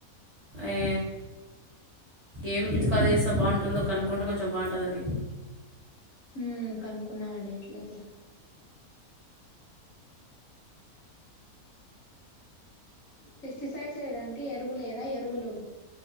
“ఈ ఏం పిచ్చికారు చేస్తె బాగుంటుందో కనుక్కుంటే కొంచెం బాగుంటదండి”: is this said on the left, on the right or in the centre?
Right